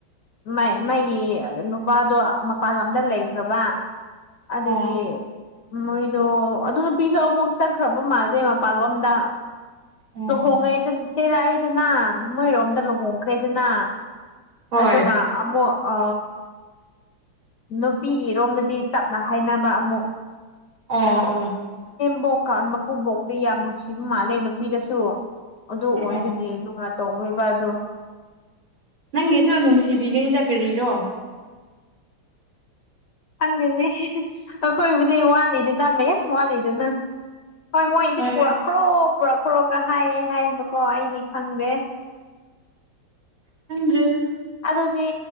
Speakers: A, on the left; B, on the right.
A: ꯃꯥꯏ ꯃꯒꯤ ꯅꯨꯄꯥꯗꯣ ꯃꯄꯥꯟ ꯂꯝꯗ ꯂꯩꯈ꯭ꯔꯕ ꯑꯗꯨꯒꯤ
B: ꯑꯣ
A: ꯃꯣꯏꯗꯣ ꯑꯗꯨ ꯅꯨꯄꯤꯁꯨ ꯑꯃꯨꯛ ꯆꯠꯈ꯭ꯔꯕ ꯃꯥꯜꯂꯦ ꯃꯄꯥꯟꯂꯣꯝꯗ
B: ꯎꯝ
A: ꯂꯨꯍꯣꯡꯉꯦꯗꯅ ꯏꯆ ꯆꯩꯔꯛꯏꯗꯅ ꯃꯣꯏꯔꯣꯝꯗ ꯂꯨꯍꯣꯡꯈ꯭ꯔꯦꯗꯅ
B: ꯍꯣꯏ
A: ꯑꯗꯨꯒ ꯑꯃꯨ ꯑ ꯅꯨꯄꯤꯒꯤꯔꯣꯝꯗꯗꯤ ꯇꯞꯅ ꯍꯥꯏꯅꯕ ꯑꯃꯨꯛ
B: ꯑꯣ ꯑꯣ
A: ꯕꯣꯛ ꯃꯀꯨꯕꯣꯛꯗꯤ ꯌꯥꯝ ꯅꯨꯡꯁꯤꯕ ꯃꯥꯜꯂꯦ ꯅꯨꯄꯤꯗꯁꯨ ꯑꯗꯨ ꯑꯣꯏꯕꯒꯤ
B: ꯑꯣ
A: ꯇꯧꯏꯕ ꯗꯨ
B: ꯅꯪꯒꯤꯁꯨ ꯅꯨꯡꯁꯤꯕꯤꯒꯅꯤꯗ ꯀꯔꯤꯔꯣ
A: ꯍꯪꯉꯅꯦ ꯑꯩꯈꯣꯏꯕꯨꯗꯤ ꯋꯥꯠꯂꯤꯗ ꯅꯝꯃꯦ ꯌꯥꯝ ꯋꯥꯠꯂꯤꯗꯅ ꯍꯣꯏ ꯃꯣꯏꯗꯤ
B: ꯍꯣꯏ
A: ꯄꯨꯔꯛꯈ꯭ꯔꯣ ꯄꯨꯔꯛꯈ꯭ꯔꯣꯒ ꯍꯥꯏꯌꯦꯦ ꯍꯥꯏꯕꯀꯣ ꯑꯩꯗꯤ ꯈꯪꯗꯦ
B: ꯈꯥꯡꯗ꯭ꯔꯦꯒ
A: ꯑꯗꯨꯗꯤ